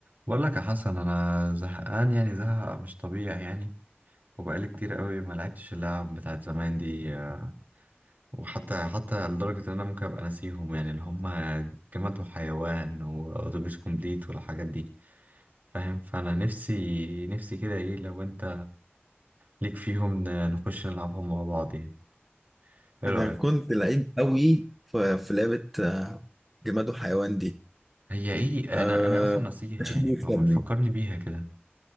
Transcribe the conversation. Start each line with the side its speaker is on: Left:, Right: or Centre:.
Right: بقول لك يا حسن انا زهقان يعني زهق مش طبيعي يعني وبقالي كتير قوي ما لعبتش اللعب بتاعت زمان دي آه، وحتى حتى لدرجة ان انا ممكن ابقى ناسيهم يعني اللي هم جماد وحيوان واتوبيس كومبليت والحاجات دي فاهم فانا نفسي نفسي كده ايه لو انت ليك فيهم ن- نخش نلعبهم مع بعض يعني ايه
Centre: انا
Right: رأيك
Centre: كنت لعيب قوي ف- في لعبه آه، جماد وحيوان دي
Right: هي ايه
Centre: أه
Right: انا انا اصلا ناسيها
Centre: مش
Right: يعني
Centre: حد يكسبني
Right: فما تفكرني بيها كده